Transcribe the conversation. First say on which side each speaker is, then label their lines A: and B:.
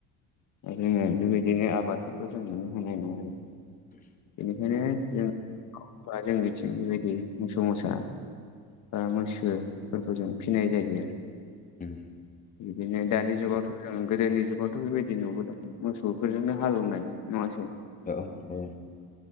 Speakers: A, on the left; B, on the left.
A: जोङो बेबायदिनो आबादफोरखौ जों नुनो मोननाय नङा आरो बेनिखायनो जों बा जोंनिथिं बेबायदि मोसौ मोसा बा मैसोफोरखौ जों फिनाय जायोनो
B: उम
A: बिदिनो दानि जुगावथ' जों गोदोनि जुगावथ' बेबायदि नुबोदों मोसौफोरजोंनो हालेवनाय नङासै
B: औ औ